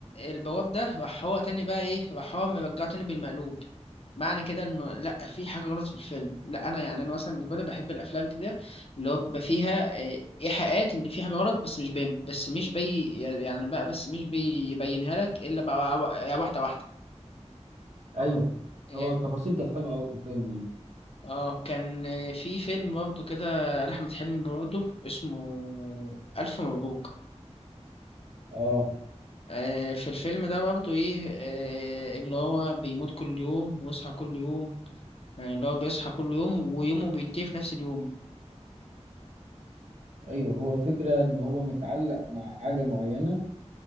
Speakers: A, on the left (about 55°); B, on the right (about 80°).
A: البواب ده راح هو تاني بقى ايه راح هو مرجعه تاني بالمقلوب معنى كده انه لا في حاجة غلط في الفيلم لا انا يعني انا مثلا بالنسبة لي بحب الافلام كده اللي هو بيبقى فيها إيه، ايحاءات ان في حاجة غلط بس مش باين بس مش بي يعني بقى بس مش بيبينها لك الا بقى وا- واحدة واحدة
B: ايوه
A: إيه،
B: هو التفاصيل كانت حلوه قوي في الفيلم يعني
A: اه كان آه، في فيلم برضه كده لأحمد حلمي برضه اسمه ألف مبروك
B: اه
A: آه، في الفيلم ده برضه ايه آه، اللي هو بيموت كل يوم ويصحى كل يوم يعني اللي هو بيصحى كل يوم ويومه بينتهي في نفس اليوم
B: ايوه هو الفكره ان هو متعلق مع حاجه معينه